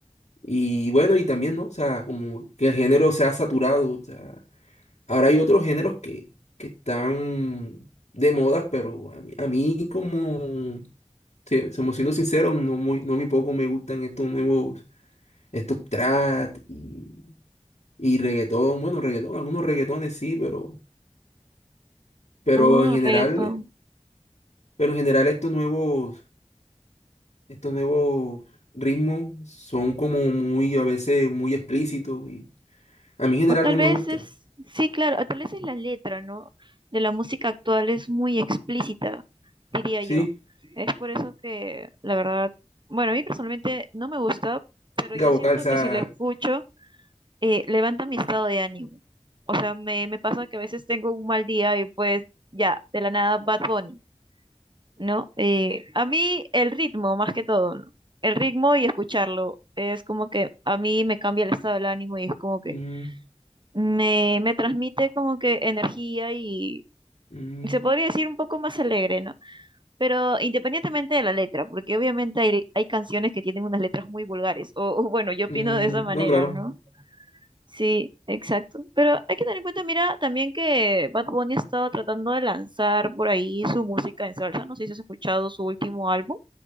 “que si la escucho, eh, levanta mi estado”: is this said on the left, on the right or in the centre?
Right